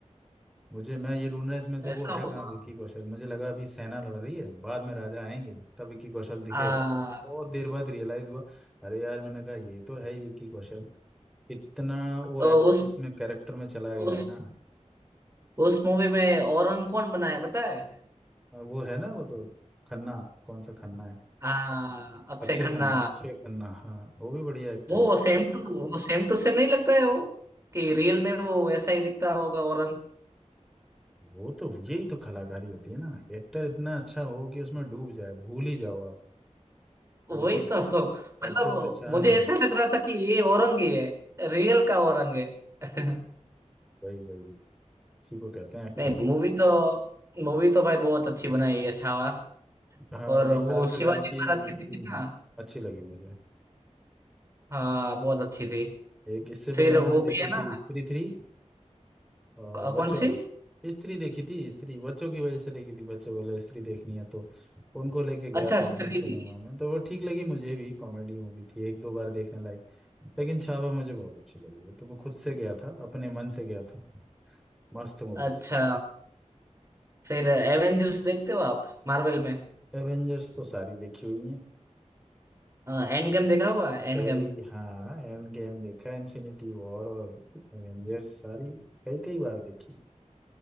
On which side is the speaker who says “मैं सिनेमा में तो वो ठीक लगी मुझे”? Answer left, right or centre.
Centre